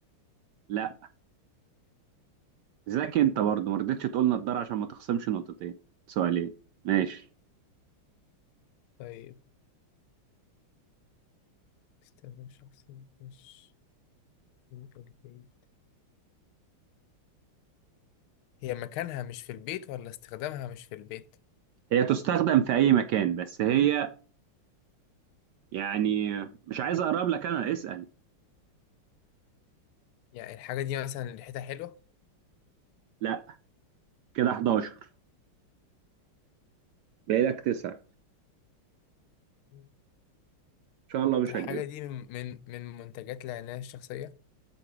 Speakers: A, on the right; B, on the left.
A: لا ذاك انت برضه ما رضيتش تقول نضاره عشان ما تخصمش نقطتين سؤالين ماشي
B: طيب استخدام شخصي مش في البيت هي مكانها مش في البيت ولا استخدامها مش في البيت
A: هي تستخدم في اي مكان بس هي يعني مش عايز اقرب لك انا اسأل
B: يعني الحاجة دي مثلا ريحتها حلوة
A: لا كده 11 باقي لك 9 ان
B: مم.
A: شاء الله مش
B: الحاجة
A: هتجيبها
B: دي من من من منتجات العناية الشخصية